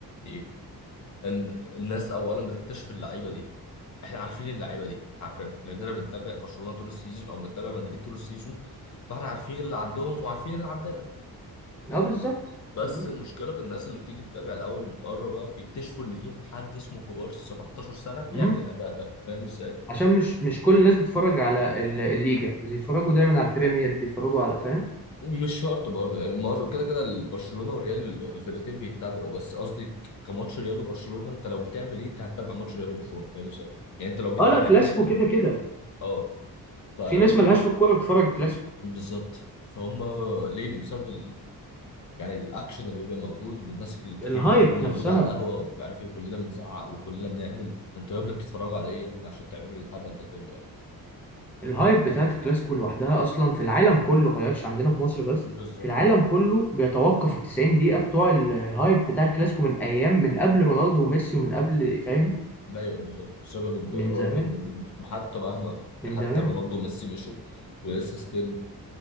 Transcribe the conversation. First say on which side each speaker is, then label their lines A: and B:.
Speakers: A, on the left; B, in the centre.
A: ايه ان الناس اولا بتكتشف اللعيبه دي احنا عارفين اللعيبه دي عارفينهم لاننا بنتابع برشلونه طول السيزون او بنتابع مدريد طول السيزون فاحنا عارفين اللي عندهم وعارفين اللي عندنا
B: اه بالظبط
A: بس
B: بالظبط
A: المشكله في الناس اللي بتيجي تتابع الاول من بره بقى بيكتشفوا ان في حد اسمه كوبارسي 17 سنه بيعمل
B: امم
A: الاداء ده فاهم ازاي؟
B: عشان مش مش كل الناس بتتفرج على ال- الليجا بيتفرجوا دايما على البريمير بيتفرجوا على فاهم
A: مش شرط برضه يعني معظم كده كده برشلونه والريال الفرقتين بيتابعوا بس قصدي كماتش ريال وبرشلونه انت لو بتعمل ايه انت هتتابع ماتش ريال وبرشلونه فاهم ازاي؟ يعني انت لو بتتابع
B: اه لا كلاسيكو
A: انهي فرقه
B: كده كده
A: اه فلما
B: في ناس
A: فاهم
B: ملهاش في الكوره بتتفرج كلاسيكو
A: بالظبط فهم ليه بسبب يعني الاكشن اللي بيبقى موجود والناس الكتير
B: الهايب
A: اللي بتبقى موجوده
B: نفسها
A: على القهوه ومش عارف ايه كلنا بنزعق وكلنا بنعمل انتوا يا ابني بتتفرجوا على ايه يا ابني عشان تعملوا الهبل ده كله يعني
B: الهايب بتاعت الكلاسيكو لوحدها اصلا في العالم كله خلي بالك مش عندنا في مصر بس
A: بالظبط
B: في العالم كله بيتوقف ال 90 دقيقة بتوع الهايب بتاع الكلاسيكو من ايام من قبل رونالدو وميسي ومن قبل فاهم
A: ايوه بالظبط بسبب
B: من
A: الرأي
B: زمان
A: اللي موجود حتى مهما يعني
B: من زمان
A: حتى رونالدو وميسي مشوا ولسه ستيل